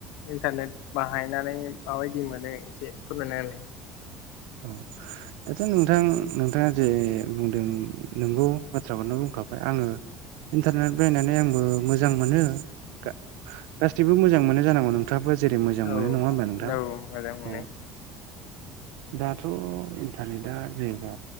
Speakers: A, on the left (about 80°); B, on the right (about 80°).
A: इन्टारनेट बाहायनानै माबायदि मोनो एसे फोरमायना होलाय।
B: औ दाथ' नोंथां नोंथाङा जे बुंदों नोंगौ बाथ्राखौनो बुं खाबाय आङो इन्टारनेट बाहायनानै आंबो मोजां मोनो। गा-गासैबो मोजां मोनो जानांगौ नोंथाङाबो जेरै मोजां
A: औ
B: मोनो नङा होमबा नोंथां?
A: औ मोजां मोनो
B: औ दाथ' इन्टारनेटआ जेनेबा